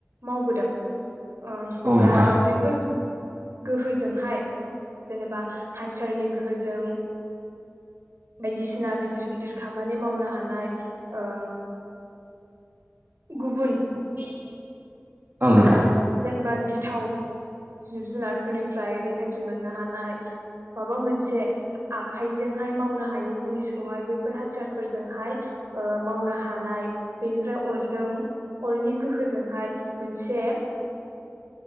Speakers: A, on the right (about 65°); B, on the right (about 45°).
A: मावबोदों। ओ
B: औ
A: दा
B: नोंथां
A: बेफोर गोहो जोंहाय जेनेबा हा टिचारनि गोहोजों बायदिसिना गिदिर गिदिर खामानि मावना मानाय ओ गुबुन
B: <inaudible> नोंथां
A: ओ जेनेबा गिथाव जिब जुनारफोरनिफ्राय रैखाथि मोननो हानाय, माबा मोनसे आखाइजोंहाय मावनो हायै जिनिसखौहाय बैफोर हाथियारफोरजोंहाय ओ मावनो हानाय, बेनिफ्राय अरजों अरनि गोहोजोंहाय मोनसे